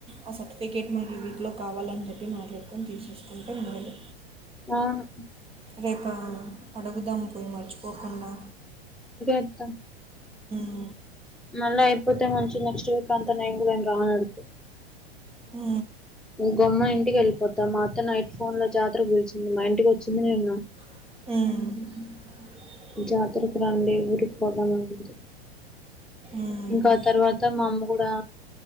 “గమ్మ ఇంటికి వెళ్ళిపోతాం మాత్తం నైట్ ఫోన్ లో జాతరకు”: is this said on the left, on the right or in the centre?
Centre